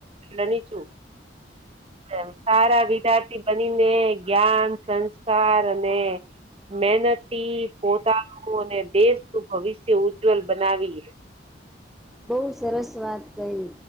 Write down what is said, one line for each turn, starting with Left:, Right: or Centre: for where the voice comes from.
Right: નની છું એમ સારા વિદ્યાર્થી બનીને જ્ઞાન સંસ્કાર અને મહેનતી પોતાનું અને દેશનું ભવિષ્ય ઉજ્જવલ બનાવી
Centre: બહુ સરસ વાત કહી.